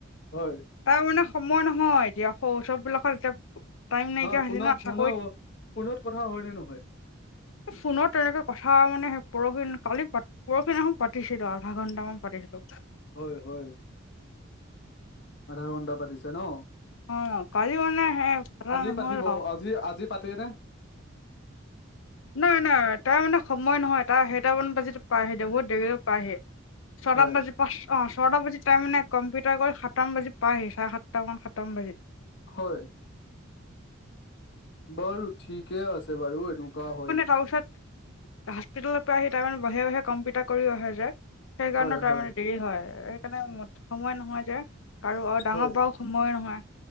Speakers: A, on the left; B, on the left.
A: হয়।
B: তাৰ মানে সময় নহয় এতিয়া, শৌচৱবিলাকত এতিয়া টাইম নাইকিয়া
A: নহয়
B: হৈছে
A: ফোনত-ফোনো-ফোনত
B: ন চাকৰিত
A: কথা হয়নে নহয়?
B: ফোনত তেনেকে কথা মানে পৰহি কালি পা পৰহি দিনাখন পাতিছিলোঁ আধা ঘণ্টামান পাতিছিলোঁ
A: হয়, হয়। আধা ঘন্ধ পাতিছে ন'।
B: অ কালি মানে সে কথা
A: আজি
B: নহল
A: পাতিব,
B: আৰু
A: আজি-আজি পাতেনে?
B: নাই নাই তাৰ মানে সময় নহয়, তাৰ সেইটামান বাজিত পায়হি দে, বহুত দেৰিকে পায়হি। ছয়টামান
A: হয়
B: বাজিত পাঁচ অহ, ছয়টা বাজিত তাই মানে কম্পিউটাৰ কৰি সাতটামান বাজিত পাইহি, চাৰে সাতটামান, সাতটামন বাজিত।
A: হয়। বাৰু ঠিকে আছে বাৰু, এনেকুৱা হয়।
B: <unintelligible> হস্পিতালৰ পৰা আহি তাৰ মানে বাহিৰে বাহিৰে কম্পিউটাৰ কৰি আহে যে। সেইকাৰণে
A: হয়
B: তাৰমানে
A: হয়।
B: দেৰি হয় সেইকাৰণে সময় নহয় যে কাৰো আৰু ডাঙৰ
A: হয়
B: পৰাও সময় নহ